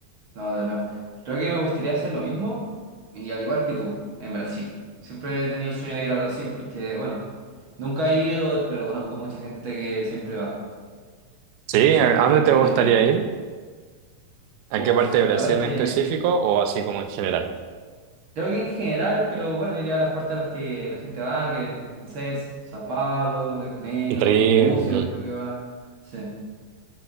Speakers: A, on the right (about 50°); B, on the right (about 85°).
A: No, no, no. Creo que me gustaría hacer lo mismo y al igual que tú, en Brasil. Siempre he tenido el sueño de ir a Brasil porque, bueno, nunca he ido, pero conozco mucha gente que siempre va.
B: ¿Sí?
A: Debe ser
B: ¿A
A: un
B: a
A: país
B: dónde te
A: muy
B: gustaría
A: lindo.
B: ir? ¿A
A: Uf,
B: qué parte de
A: la
B: Brasil
A: verdad
B: en
A: es que
B: específico o así como en general?
A: creo que en general, pero bueno, iría a las partes a las que la gente va, que no sé, es Sao Paulo, Río de Janeiro,
B: Re,
A: Búzios,
B: mm,
A: creo que va. Sí.